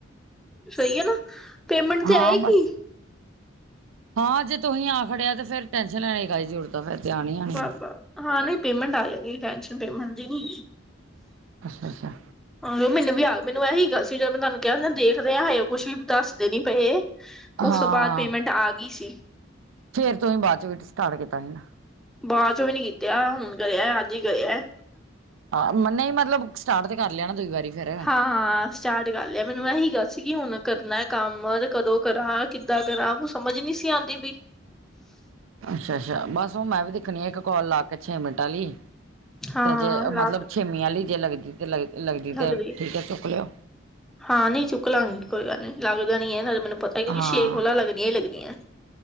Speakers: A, in the centre; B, on the right.
A: ਸਹੀ ਹੈ ਨਾ ਪੇਮੈਂਟ ਤੇ
B: ਹਾਂ
A: ਆਏਗੀ
B: ਬਸ ਹਾਂ ਜੇ ਤੁਸੀ ਆ ਖੜਿਆ ਤੇ ਫੇਰ ਟੈਨਸ਼ਨ ਲੈਣੀ ਦੀ ਗ ਜ਼ਰੂਰਤ ਫ਼ਰ ਤੇਿਆਨਈ ਆਣੀ
A: ਬਾਬਾ ਹਾਂ ਨਹੀਂ ਪੇਮੈਂਟ ਆ ਜਾਣੀ ਟੈਂਸ਼ਨ ਪੇਮੈਂਟ ਦੀ ਨੀ
B: ਅੱਛਾ ਅੱਛਾ
A: ਆਹ ਮੈਨੂੰ ਵੀ ਆ ਮੈਨੂੰ ਇਹੀ ਗੱਲ ਸੀ ਜਦੋਂ ਮੈਂ ਤੁਹਾਨੂੰ ਕਿਹਾ ਦੇਖਦੇ ਆ ਉਹ ਕੁੱਛ ਵੀ ਦੱਸਦੇ ਨੀ ਪਏ ਉਸ
B: ਹਾਂ
A: ਤੋਂ ਬਾਅਦ ਪੇਮੈਂਟ ਆ ਗਈ ਸੀ
B: ਫੇਰ ਤੋਂ ਹੀ ਬਾਅਦ ਚ ਵੀ ਸਟਾਰਟ ਕੀਤਾ ਸੀ ਨਾ
A: ਬਾਅਦ ਚੋਂ ਵੀ ਨੀ ਕੀਤਾ ਹੁਣ ਕਰਿਆ ਅੱਜ ਹੀ ਕਰਿਆ
B: ਹਾਂ ਨਹੀਂ ਮਤਲਬ ਸਟਾਰਟ ਤੇ ਕਰ ਲਿਆਣਾ ਦੂਈ ਵਾਰੀ ਫੇਰ
A: ਹਾਂ ਹਾ ਸਟਾਰਟ ਕਰ ਲਿਆ ਮੈਨੂੰ ਇਹੀ ਗ ਸੀ ਕਿ ਹੁਣ ਕਰਨਾ ਕੰਮ ਕਦੋਂ ਕਰਾਂ ਕਿੱਦਾਂ ਕਰਾਂ ਕੁ ਸਮਝ ਨਹੀਂ ਸੀ ਆਉਂਦੀ ਬਈ
B: ਅੱਛਾ ਅੱਛਾ ਬਸ ਹੁਣ ਮੈਂ ਵੀ ਦੇਖਣੀ ਆ ਇੱਕ ਕਾਲ ਲਾ ਕੇ ਛੇ ਮਿੰਟ ਵਾਲ ਲਈ
A: ਹਾਂ
B: ਤੇ ਜੇ
A: ਲੱਗ
B: ਮਤਲਬ ਛੇਮੀ ਵਾਲੀ ਜੇ ਲੱਗਦੀ ਤੇ ਲੱਗਦੀ
A: ਲੱਗਦੀ
B: ਤੇ ਠੀਕ ਹੈ ਚੁੱਕ ਲਿਓ
A: ਹਾਂ ਨਹੀਂ ਚੁੱਕ ਲਾਂਗੀ ਕੋਈ ਗੱਲ ਨੀ ਲੱਗਦਾ ਨੀ ਹੈ। ਨਾਲੇ ਮੈਨੂੰ ਪਤਾ ਕਿਉਂਕਿ
B: ਹਾਂ
A: ਛੇ ਕੋਲਾਂ ਲੱਗਦੀਆਂ ਹੀ ਲੱਗਦੀਆਂ।